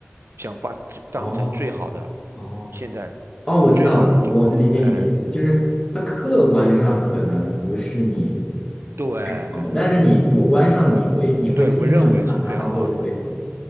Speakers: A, on the right; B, on the left.
A: 想把这当成最好的，
B: 哦哦。
A: 现在
B: 哦，我知道了，
A: 最好的一种，
B: 我理解你的意思，
A: 哎，
B: 就是它客观上可能不是你
A: 对，
B: 最好的，但是你主观上你会你会倾向于把它当做是最好的，
A: 我对我认为是最好的，